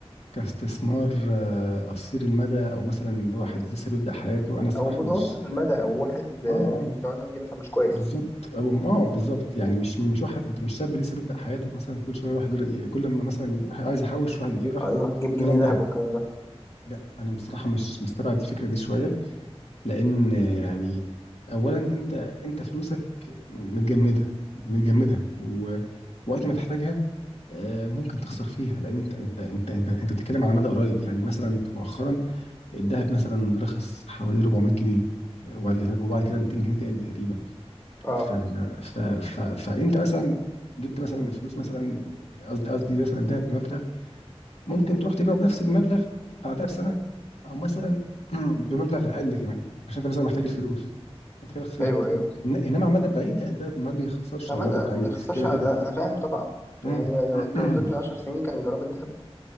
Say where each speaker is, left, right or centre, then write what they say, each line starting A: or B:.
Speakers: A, on the left; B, on the left.
A: كاستثمار آه، قصير المدى او مثلا اللي هو حد لسه بيبدأ حياته انا الصراحة
B: او متوسط
A: مش
B: المدى او واحد آه،
A: اه اه
B: مستواه المادي مثلا مش كويس
A: بالظبط أو- اه بالظبط يعني مش مش واحد مش شاب لسه بيبدأ حياته مثلا كل شوية يروح جر... كل ما مثلا يروح عايز يحوش يروح يروح
B: اه
A: يجيب
B: يروح يجيب
A: جرام
B: جنيه ذهب
A: ذهب
B: والكلام ده
A: لا انا بصراحة مش مستبعد الفكرة دي شوية لان آه، يعني اولا انت انت فلوسك متجمدة متجمدة ووقت ما تحتاجها آه، ممكن تخسر فيها لان انت انت انت انت انت بتتكلم على مدى قريب يعني مثلا مؤخرا الذهب مثلا رخص حوالي 400 جنيه وبعد كده وبعد كده 200 جنيه تاني تقريبا
B: اه
A: ف... ف... ف... فانت مثلا جبت مثلا الفلوس مثلا قصدي قصدي مثلا الذهب بمبلغ ممكن تروح تبيعه بنفس المبلغ بعدها بسنه او مثلا <clears throat> بمبلغ اقل كمان عشان انت مثلا محتاج الفلوس انت كده خسرت
B: ايوه ايوه
A: إن- انما على المدى البعيد لا الذهب ما بيخسرش
B: فمدى
A: على المدى البعيد
B: ما بيخسرش
A: كده كده
B: انا انا فاهم طبعا
A: مم.
B: يعني لو-
A: <clears throat>
B: انت لو جبتني 10 سنين كان جرام الذهب